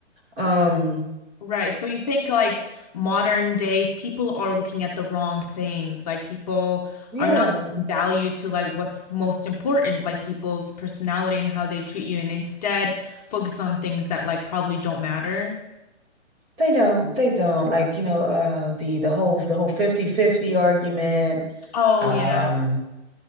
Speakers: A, on the right; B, on the left.
A: Um,
B: Right. So you think like modern days, people are looking at the wrong things. Like people
A: yeah,
B: are not giving value to like what's most important, like people's personality and how they treat you, and instead focus on things that like probably don't matter.
A: they don't, they don't like, you know, uh the the whole the whole fifty fifty argument.
B: Oh
A: Um
B: yeah.